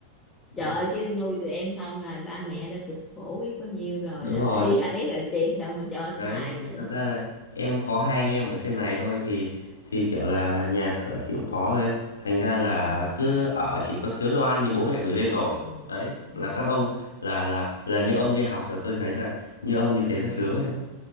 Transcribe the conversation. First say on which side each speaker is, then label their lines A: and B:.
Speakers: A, on the left; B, on the left.
A: Đấy,
B: trời ơi, chứ nuôi tụi em xong là ba mẹ đã cực khổ biết bao nhiêu rồi
A: đúng
B: đã
A: rồi.
B: phải <laughs> ấy rồi tiền đâu mà cho
A: Đấy,
B: xài
A: nhưng
B: nữa
A: thật ra là em có hai anh em ở trên này thôi thì thì kiểu là nhà cửa thì cũng có thôi. Thành ra là
B: ừ.
A: cứ ở chỉ có thiếu đồ ăn thì bố mẹ gửi lên rồi.
B: Ừ.
A: Đấy, là
B: Ừ.
A: các ông là là là như ông đi học là tôi thấy là như ông như thế là sướng rồi đấy